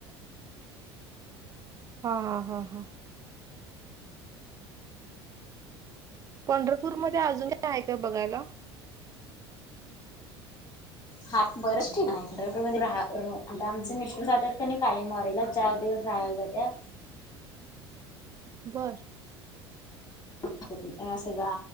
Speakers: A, on the right (about 25°); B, on the left (about 30°).
A: हा हा हा हा. पंढरपूर मध्ये अजून काय हाय काय बघायला?
B: हा बरच ठिन हाय पंढरपूर मध्ये रा हा रा आता आमच मिस्टर जात्यात कनी कायम वारीला चार दिवस राहायला जात्यात.
A: बर.
B: <unintelligible> सगळा.